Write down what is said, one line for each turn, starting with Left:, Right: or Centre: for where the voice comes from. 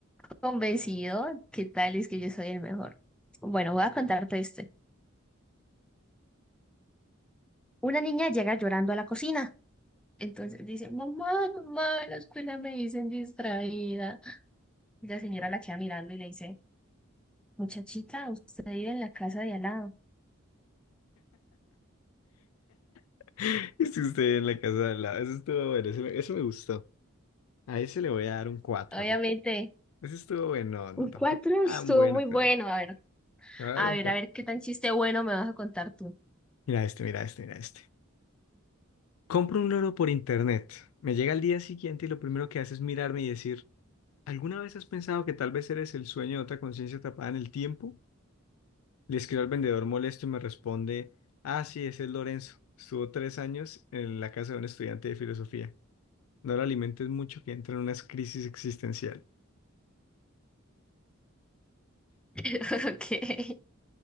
Centre: convencido, ¿qué tal? Es que yo soy el mejor. Bueno, voy a contarte este. Una niña llega llorando a la cocina. Entonces dice, mamá, mamá, en la escuela me dicen distraída. Y la señora la queda mirando y le dice, muchachita, usted vive en la casa de al lado.
Left: <laughs> Esté usted en la casa de al lado. Eso estuvo bueno, eso me, ese me gustó. A ese le voy a dar un cuatro.
Centre: Obviamente,
Left: Ese estuvo bueno, no, no,
Centre: un
Left: tampoco
Centre: cuatro
Left: tan
Centre: estuvo
Left: bueno,
Centre: muy bueno.
Left: pero
Centre: A ver,
Left: le voy a
Centre: a
Left: dar un
Centre: ver,
Left: cuatro.
Centre: a ver qué tan chiste bueno me vas a contar tú.
Left: Mira este, mira este, mira este. Compro un loro por internet. Me llega al día siguiente y lo primero que hace es mirarme y decir, ¿alguna vez has pensado que tal vez eres el sueño de otra conciencia tapada en el tiempo? Le escribo al vendedor molesto y me responde, ah, sí, ese es Lorenzo. Estuvo tres años en la casa de un estudiante de filosofía. No lo alimentes mucho que entra en unas crisis existencial.
Centre: <laughs> Ok.